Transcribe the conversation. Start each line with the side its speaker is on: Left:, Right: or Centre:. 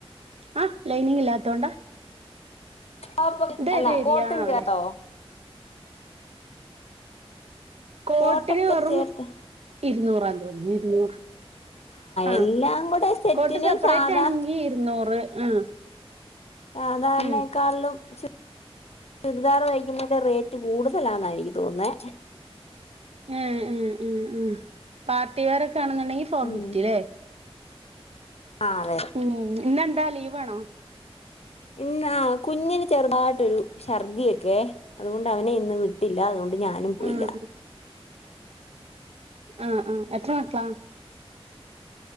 Right: ആ ലൈനിങ് ഇല്ലാത്തോണ്ട.
Left: ആപ്പ അല്ല
Right: ഏത് ഏരിയാണാവലെ
Left: കോട്ട് ഇ <unintelligible> തോ.
Right: കോട്ട്ന്
Left: കോട്ടൊക്കെ
Right: വെറും
Left: ചേർത്ത്
Right: ഇരുന്നൂറാ തോന്നുന്നു ഇരുന്നൂറ്. ആഹ്
Left: എല്ലാം കൂടെ സെറ്റിന്
Right: കോട്ട് സെപ്പറേറ്റ്
Left: സാധാ
Right: ആണെങ്കി ഇരുന്നൂറ് ആഹ്.
Left: സാദാരണെ
Right: ഉം
Left: ക്കാൾലും ചു ചുരിദാർ തൈക്കുന്നെൻ്റെ റേറ്റ് കൂടുതലാന്നായിനിക്ക് തോന്നുന്നെ.
Right: ഉം ഉം ഉം ഉം പാർട്ടി വെയറൊക്കെ ആണ്ന്നുണ്ടെങ്കി ഫോർ
Left: ഉം
Right: ഫിഫ്റ്റി ലേ
Left: ആഹ് അതെ.
Right: ഉം ഇന്നെന്താ ലീവാണോ.
Left: ഇന്ന് ആ കുഞ്ഞിന് ചെറുതായിട്ടൊരു ൾർദി ഒക്കെ അതുകൊണ്ട് അവനെ ഇന്ന് വിട്ടില്ല അതുകൊ ഞാനും പോയില.
Right: ആഹ് ആഹ് ആഹ് എത്ര മക്കള.